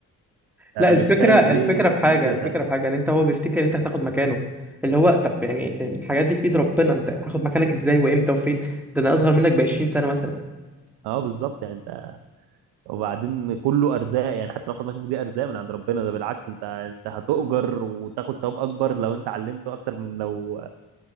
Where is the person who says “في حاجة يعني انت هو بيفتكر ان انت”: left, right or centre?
Centre